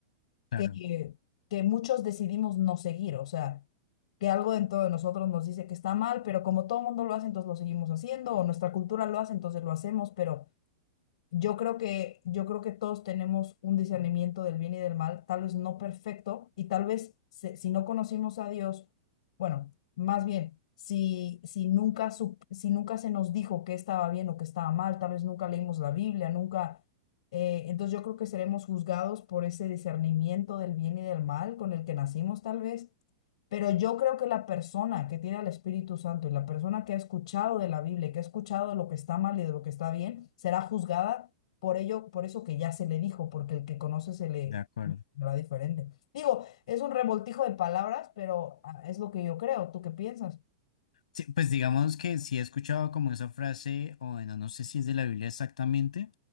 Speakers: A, on the left; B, on the left.
A: claro,
B: que, que muchos decidimos no seguir, o sea, que algo dentro de nosotros nos dice que está mal, pero como todo el mundo lo hace, entonces lo seguimos haciendo, o nuestra cultura lo hace, entonces lo hacemos, pero yo creo que, yo creo que todos tenemos un discernimiento del bien y del mal, tal vez no perfecto, y tal vez se- si no conocimos a Dios, bueno, más bien, si, si nunca, sup- si nunca se nos dijo que estaba bien o que estaba mal, tal vez nunca leímos la Biblia, nunca... eh, entonces yo creo que seremos juzgados por ese discernimiento del bien y del mal con el que nacimos, tal vez. Pero yo creo que la persona que tiene al Espíritu Santo y la persona que ha escuchado de la Biblia, y que ha escuchado de lo que está mal y de lo que está bien, será juzgada por ello, por eso que ya se le dijo, porque el que conoce se le
A: de acuerdo.
B: será diferente. Digo, es un revoltijo de palabras, pero ah, es lo que yo creo. ¿Tú qué piensas?
A: Sí, pues digamos que sí he escuchado como esa frase, o bueno, no sé si es de la Biblia exactamente,